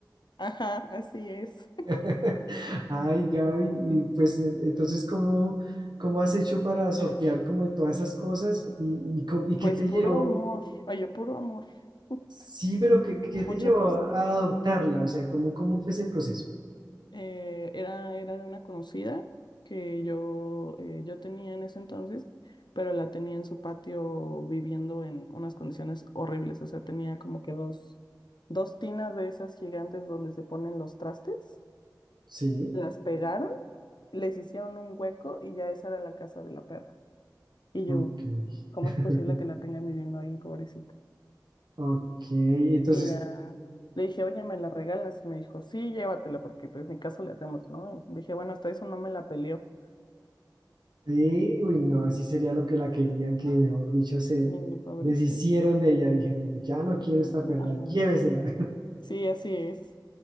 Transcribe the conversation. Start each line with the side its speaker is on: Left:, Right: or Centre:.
Left: Ajá, así es.
Right: <laughs> Ay, Gaby, y pues en- entonces, ¿cómo, cómo has hecho para sortear como de todas esas cosas y, y, co- y qué
Left: Pues
Right: te
Left: puro
Right: llevó?
Left: amor, ay, yo puro amor, <laughs>
Right: Sí, pero ¿qué, qué te
Left: mucha
Right: llevó
Left: pasión.
Right: a adoptarla? O sea, ¿cómo, cómo fue ese proceso?
Left: Eh, era, era de una conocida que yo, eh, yo tenía en ese entonces, pero la tenía en su patio viviendo en unas condiciones horribles, o sea, tenía como que dos, dos tinas de esas gigantes donde se ponen los trastes,
Right: Sí,
Left: las pegaron, les hicieron un hueco y ya esa era la casa de la perra. Y yo,
Right: ok.
Left: ¿cómo
Right: <laughs>
Left: es posible que la tengan viviendo ahí, pobrecita?
Right: Ok, entonces,
Left: Y ya le dije, oye, ¿me la regalas? Y me dijo, sí, llévatela, porque pues mi caso le hacemos, ¿no? Y dije, bueno, hasta eso no me la peleó.
Right: eh, uy, no, así sería lo que la querían, que mejor dicho, se
Left: Y pobrecito.
Right: deshicieron de ella, dijeron, ya no quiero esta
Left: Y ya,
Right: perra,
Left: Ajá.
Right: llévesela.
Left: Sí, así es.